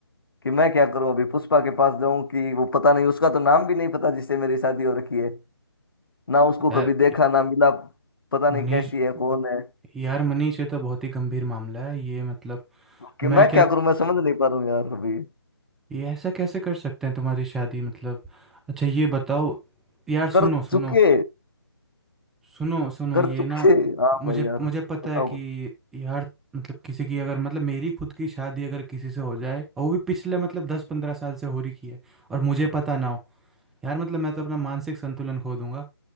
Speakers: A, on the left; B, in the centre.
A: कि मैं क्या करूं अभी पुष्पा के पास जाऊं कि वो पता नहीं उसका तो नाम भी नहीं पता जिससे मेरी शादी हो रखी है ना उसको
B: यार
A: कभी देखा
B: ये-
A: ना मिला पता नहीं
B: मनीष
A: कैसी है कौन है
B: यार मनीष ये तो बहुत ही गंभीर मामला है ये मतलब
A: कि
B: मैं
A: मैं
B: क्या
A: क्या करूं मैं समझ नहीं पा रहा हूं यार अभी
B: ये ऐसा कैसे कर सकते हैं तुम्हारी शादी मतलब अच्छा ये बताओ यार
A: कर
B: सुनो सुनो
A: चुके
B: सुनो सुनो
A: कर
B: ये
A: चुके
B: ना
A: हाँ
B: मुझे
A: भाई यार
B: मुझे पता
A: बताओ
B: है कि यार मतलब किसी की अगर मतलब मेरी खुद की शादी अगर किसी से हो जाए और वो भी पिछले मतलब दस पंद्रह साल से हो रही की है और मुझे पता ना हो यार मतलब मैं तो अपना मानसिक संतुलन खो दूंगा